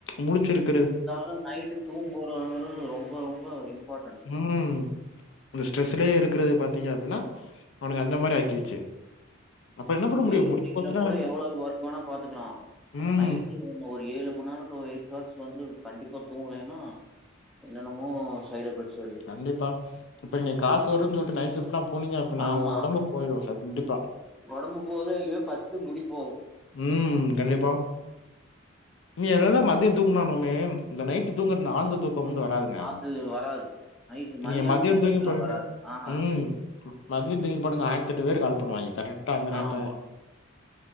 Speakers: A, on the left; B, in the centre.
A: முழிச்சிருக்
B: இருந்தாலு நைட்டு தூங்க <unintelligible> ரொம்ப ரொம்ப இம்பாட்டன்ட்
A: ம் அந்த ஸ்ட்ரெஸ்லயே இருக்கறது பாத்தீங்க அப்டினா அவனுக்கு அந்த மாரி ஆக்கிருச்சு அப்புறம் என்ன பண்ண
B: டே
A: முடியும்?
B: ஷிஃப்ட்
A: முடி
B: சைட்ல
A: போச்சுன்னா
B: கூட எவ்வளவு ஒர்க் வேணா பாத்துக்கலா அந்த
A: ம்.
B: நைட்டு ங்க ஒரு ஏழு மண் நேரோ டு எய்ட் ஹார்ஸ் வந்து கண்டிப்பா தூங்கலனா என்னன்னமோ சைட் எஃபெக்ட்ஸ் வருது
A: கண்டிப்பா இப்ப நீங்க காசு வருன் சொல்ட்டு நைட்ஷிஃப்ட்லா போனீங்க அப்பிட்னா
B: ஆமா
A: உங்க ஒடம்பு போய்ரு ஸ் கண்டிப்பா
B: ஒடம்பு போதோ இல்லியோ ஃபஸ்ட்டு முடி போகு
A: ம் கண்டிப்பா நீ என்னதா மதிய தூங்னாலுமே இந்த நைட்டு தூங்கற இந்த ஆழ்ந்த தூக்கோ வந்து வராதுங்க
B: அது வராது நைட்டு மதியானோ
A: நீங்க மதியோ
B: தூங்குறப்பல்லா
A: தூங்கி பாருங்க
B: வராது ஆஹா
A: ம் மதியோ தூங்கி பாருங்க ஆயர்த்தெட்டு வேரு கால் பண்ணுவாய்ங்க கரெக்ட்டா அந்த நேர்த்துல
B: ஆமா
A: தா